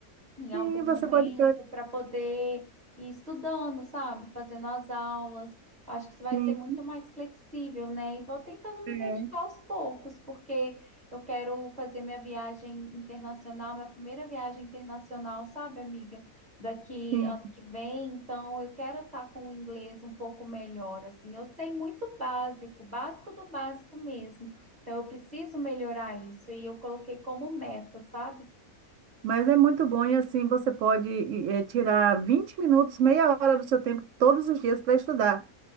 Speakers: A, on the right; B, on the right.
A: em
B: Sim,
A: algum momento
B: você pode.
A: para poder ir estudando, sabe? Fazendo as aulas. Eu Acho que isso vai
B: Sim,
A: ser muito mais flexível, né? E vou tentando me
B: É,
A: dedicar aos poucos, porque eu quero fazer minha viagem internacional, minha primeira viagem internacional, sabe, amiga? Daqui
B: sim.
A: ano que vem, então eu quero estar com o inglês um pouco melhor, assim. Eu sei muito básico, básico do básico mesmo. Então eu preciso melhorar isso e eu coloquei como meta, sabe?
B: Mas é muito bom e assim você pode eh, tirar 20 minutos, meia hora do seu tempo todos os dias para estudar,